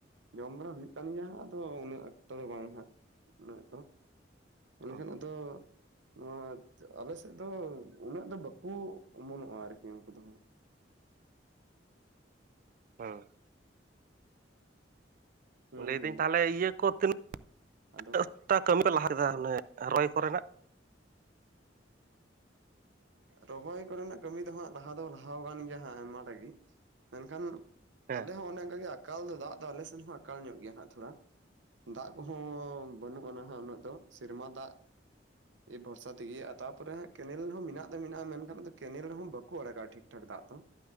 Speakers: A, on the right; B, on the right.
A: ᱡᱚᱢ ᱵᱟᱲᱟ ᱦᱩᱭᱩᱜ ᱠᱟᱱ ᱜᱮᱭᱟ ᱦᱟᱜ ᱟᱫᱚ ᱩᱱᱟᱹᱜ ᱟᱠᱴᱟ ᱫᱚ ᱵᱟᱝ ᱦᱟᱜ ᱩᱱᱟᱹᱜ ᱫᱚ᱾
B: ᱵᱟᱝ
A: ᱮᱠᱷᱟᱱ ᱟᱫᱚ᱾ ᱱᱚᱣᱟ ᱟᱞᱮᱥᱮᱫ ᱫᱚ ᱩᱱᱟᱹᱜ ᱫᱚ ᱵᱟᱠᱩ ᱚᱢᱚᱱᱚᱜ-ᱟ ᱟᱨᱠᱤ ᱩᱱᱠᱩ ᱫᱚᱦᱟᱸᱜ᱾
B: ᱦᱚᱸ
A: ᱦᱟᱸᱜ
B: ᱞᱟᱹᱭ
A: ᱦᱩᱸ ᱦᱩᱸ
B: ᱫᱟᱹᱧ ᱛᱟᱦᱚᱞᱮ ᱤᱭᱟᱹ ᱠᱚ ᱛᱤᱱᱟᱹᱜ
A: ᱟᱫᱚ
B: ᱛᱤᱱᱟᱹᱜᱴᱟ ᱠᱟᱹᱢᱤ ᱠᱚ ᱞᱟᱦᱟ ᱠᱮᱫᱟ ᱚᱱᱮ ᱨᱚᱭ ᱠᱚᱨᱮᱱᱟᱜ,
A: ᱨᱚᱦᱚᱭ ᱠᱚᱨᱮᱱᱟᱜ ᱠᱟᱹᱢᱤ ᱫᱚ ᱦᱟᱸᱜ ᱞᱟᱦᱟ ᱫᱚ ᱞᱟᱦᱟ ᱟᱠᱟᱱ ᱜᱮᱭᱟ ᱦᱟᱸᱜ ᱟᱭᱢᱟᱴᱟᱜᱮ ᱢᱮᱱᱠᱷᱟᱱ᱾
B: ᱦᱮᱸ
A: ᱟᱞᱮ ᱦᱚᱸ ᱚᱱᱮ ᱚᱱᱠᱟᱜᱮ ᱟᱠᱟᱞ ᱫᱚ ᱫᱟᱜ ᱫᱚ ᱟᱞᱮ ᱥᱮᱱ ᱦᱚᱸ ᱟᱠᱟᱞ ᱧᱚᱜ ᱜᱮᱭᱟ ᱦᱟᱸᱜ ᱛᱷᱚᱲᱟ᱾ ᱫᱟᱜ ᱠᱚᱦᱚᱸ ᱵᱟᱹᱱᱩᱜ ᱟ ᱱᱟᱦᱟᱜ ᱩᱱᱟᱹᱜ ᱫᱚ ᱥᱮᱨᱢᱟ ᱫᱟᱜ᱾ ᱮ ᱵᱷᱚᱨᱥᱟ ᱛᱮᱜᱮ ᱛᱟᱯᱚᱨᱮ ᱦᱟᱸᱜ ᱠᱮᱱᱮᱞ᱾ ᱢᱮᱱᱟᱜ ᱫᱚ ᱢᱮᱱᱟᱜ-ᱟ ᱢᱮᱱᱠᱷᱟᱱ ᱠᱮᱱᱮᱞ ᱨᱮᱦᱚᱸ ᱵᱟᱠᱚ ᱟᱲᱟᱜ-ᱟ ᱴᱷᱤᱠ ᱴᱷᱟᱠ ᱫᱟᱜ ᱫᱚ᱾